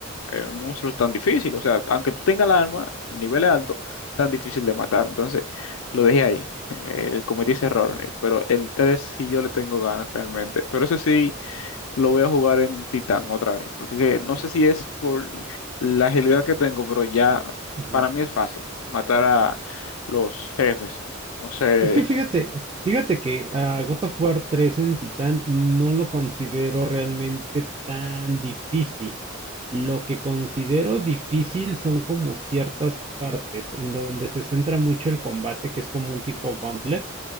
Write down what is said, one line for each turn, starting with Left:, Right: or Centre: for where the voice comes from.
Left: eh, monstruos tan difícil. O sea, aunque tú tengas el arma, nivel alto, tan difícil de matar. Entonces, lo dejé ahí. Eh, cometí ese error. eh, Pero el 3 sí yo le tengo ganas realmente. Pero ese sí lo voy a jugar en Titán otra vez. Porque que- no sé si es por la agilidad que tengo, pero ya
Right: ajá.
Left: para mí es fácil matar a los jefes. No sé.
Right: Es que fíjate, fíjate que a God of War 3 en Titán no lo considero realmente tan difícil. Lo que considero difícil son como ciertas partes en donde se centra mucho el combate, que es como un tipo gauntlet